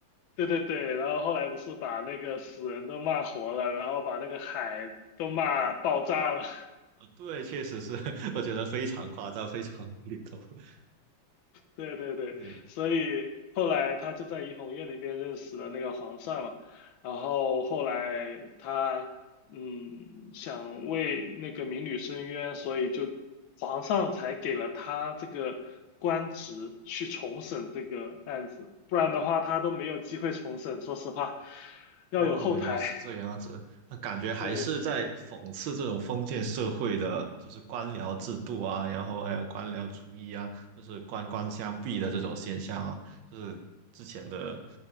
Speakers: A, on the left; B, on the right.
A: 对对对，然后后来不是把那个死人都骂活了，然后把那个海都骂爆炸了。<laughs>
B: 对，确实是，<laughs> 我觉得非常夸张，非常无厘头。<laughs>
A: 对对对，
B: 对，
A: 所以后来他就在怡红院里面认识了那个皇上嘛，然后后来他嗯想为那个民女申冤，所以就皇上才给了他这个官职去重审这个案子，不然的话他都没有机会重审，说实话，要有后台。
B: 哦，原来是这样子，
A: <laughs>
B: 那感觉还是在讽刺这种封建社会的，
A: 对，
B: 就是官僚制度啊，然后还有官僚主义啊，就是官官相逼的这种现象啊，就是之前的